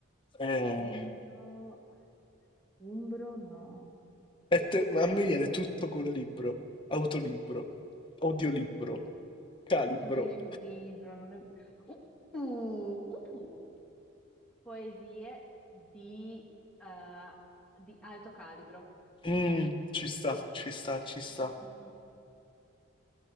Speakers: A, on the left (about 25°); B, in the centre.
A: Eh,
B: Timbro, umbro, no.
A: e te- a me viene tutto col libro, autolibro, audiolibro, calibro.
B: Preferisco il libro, non è... Uh, uh, Poesie di, eh, di alto calibro.
A: Mm, ci sta, ci sta, ci sta.
B: Mm, mm, mm, mm.